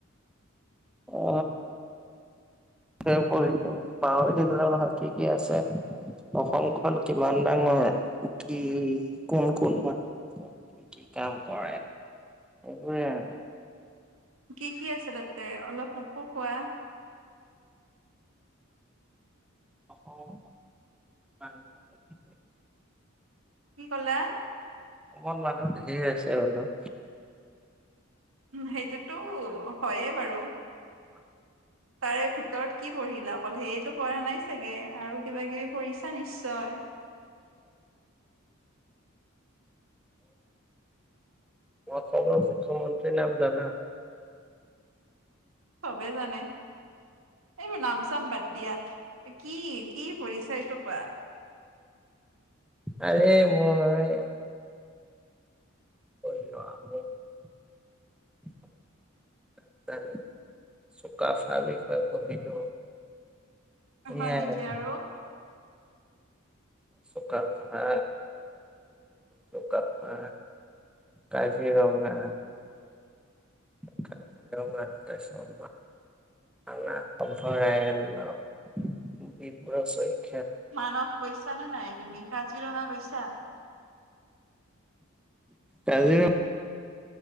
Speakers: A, in the centre; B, on the right.
A: অ চব পঢ়িলো পাহৰি থাকিলো নহয় কি কি আছে। অসমখন কিমান ডাঙৰ কি কোন কোন মানুহ আছে। কি কি কাম কৰে এইবোৰে আৰু।
B: কি কি আছে তাতে অলপ মোকো কোৱা?
A: <unintelligible>
B: কি কলা?
A: অসমত মানুহ ঢেৰ আছে বোলো।
B: সেইটোতো হয়ে বাৰু।
A: <inaudible>
B: তাৰে ভিতৰত কি পঢ়িলা অকল সেইয়টো পঢ়া নাই চাগে আৰু কিবা কিবি পঢ়িছা নিশ্চ তই
A: অসমৰ মুখ্যমন্ত্ৰী নাম জানা?
B: চবে জানে এইবোৰ নাম চাম বাদ দিয়া। কি কি পঢ়িছা সেইটো কোৱা?
A: আৰে মই অ। ৰাজানী চুকাফা বিষয়ে পঢ়িলো। সেয়াই
B: হয় নেকি আৰু।
A: চুকাফা চুকাফা। কাজিৰঙা। তাৰপাছত। কাজিৰঙা অভয়াৰণ্য ডিব্ৰু ছৈখোৱা।
B: মানস গৈছা নে নাই তুমি কাজিৰঙা গৈছা।
A: কাজিৰঙা।